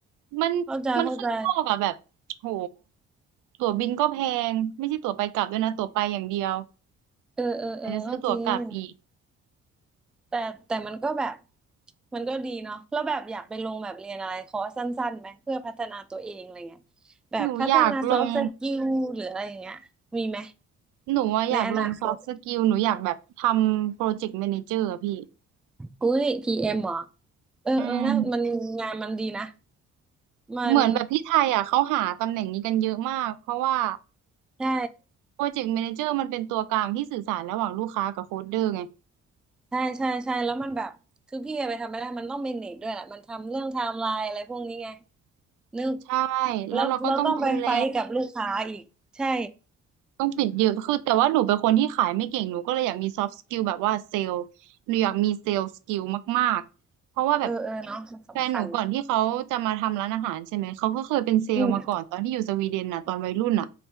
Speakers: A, on the right; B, in the centre.
A: มันมันข้างนอกอะแบบโห
B: เข้าใจเข้าใจ
A: ตั๋วบินก็แพงไม่ใช่ตั๋วไปกลับด้วยนะตั๋วไปอย่างเดียว
B: เออเออเออก็จริง
A: แต่จะซื้อตั๋วกลับอีก
B: แต่แต่มันก็แบบมันก็ดีเนาะแล้วแบบอยากไปลงแบบเรียนอะไรคอร์สสั้นๆไหมเพื่อพัฒนาตัวเองอะไรเงี้ยแบบพัฒนาซอฟต์สกิลหรืออะไรอย่างเงี้ยมีไหม
A: หนูอยากลงหนูอะอยากลงซอฟต์สกิลหนูอยากแบบทำโปรเจกต์แมเนเจอร์อะพี่
B: ในอนาคตอุ้ยพีเอ็มเหรอเออเออนะมันงานมันดีนะ
A: อืม
B: มัน
A: เหมือนแบบที่ไทยอะเขาหาตำแหน่งนี้กันเยอะมากเพราะว่า
B: ใช่
A: โปรเจกต์แมเนเจอร์มันเป็นตัวกลางที่สื่อสารระหว่างลูกค้ากับโค้ดเดอร์ไง
B: ใช่ใช่ใช่แล้วมันแบบคือพี่ไปทำไม่ได้มันต้องเมเนจด้วยแหละมันทำเรื่องไทม์ไลน์อะไรพวกนี้ไงนึก
A: ใช่
B: แล้วเราต้องไปไฟท์กับลูกค้าอีกใช่
A: แล้วเราก็ต้องดูแล ต้องปิดเดีะคือแต่ว่าหนูเป็นคนที่ขายไม่เก่ง หนูก็เลยอยากมีซอฟต์สกิลแบบว่าเซลล์หนูอยากมีเซลล์สกิลมากๆเพราะว่าแบบ
B: เออเออเนาะมันสำคัญ
A: แฟนหนูก่อนที่เขาจะมาทำร้านอาหารใช่ไหม เขาก็เคยเป็นเซลล์มาก่อนตอนที่อยู่สวีเดนน่ะตอนวัยรุ่นน่ะ
B: อืม